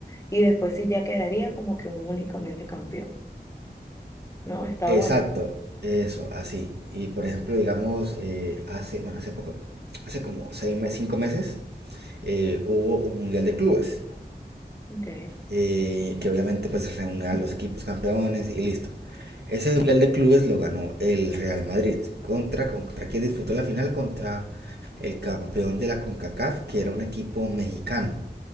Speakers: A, on the left; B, on the right.
A: y después sí ya quedaría como que un únicamente campeón. No, está
B: Exacto,
A: bueno.
B: eso, así. Y por ejemplo, digamos, eh, hace, bueno, hace poco, hace como seis, cinco meses, eh, hubo un mundial de clubes.
A: Ok.
B: eh, que obviamente pues reúne a los equipos campeones y listo. Ese Mundial de Clubes lo ganó el Real Madrid. ¿Contra, contra quién disputó la final? Contra el campeón de la CONCACAF, que era un equipo mexicano.